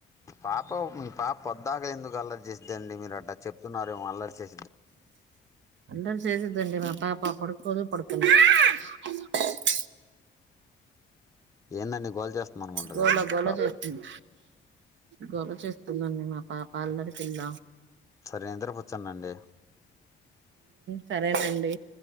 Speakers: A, on the left; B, on the right.
A: పాప మీ పాప పొద్దాక ఎందుకు అల్లరి చేసిందిండి మీరు అట్ల చెప్తున్నారేమో అల్లరి చే
B: అల్లరి చేసుద్దండీ మా పాపా అప్పు <unintelligible>
A: ఏందండి గోల చేస్తుంది అనుకుంటదండి
B: గోల
A: మీ
B: గోల
A: పాప
B: చేస్తుంది. గోల చేస్తుందండి మా పాప అల్లరి పిల్ల
A: సరే నిద్రపుచ్చన్దండి.
B: సరేనండి